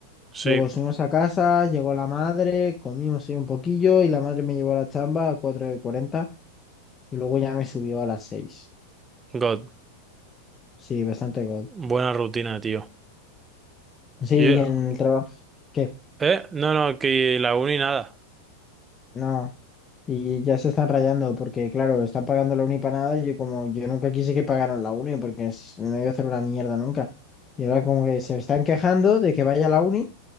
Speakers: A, on the right; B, on the left.
A: Sí,
B: Luego subimos a casa, llegó la madre, comimos ahí un poquillo y la madre me llevó a la chamba a 4 de 40 y luego ya me subió a las seis
A: God,
B: Sí, bastante gol.
A: buena rutina, tío.
B: Sí,
A: Y-
B: y en el trabajo. ¿Qué?
A: ¿Eh? No, no, que la uni nada.
B: No. Y ya se están rayando porque, claro, están pagando la uni para nada y yo como yo nunca quise que pagaran la uni porque es- no iba a hacer una mierda nunca. Y ahora como que se están quejando de que vaya a la uni,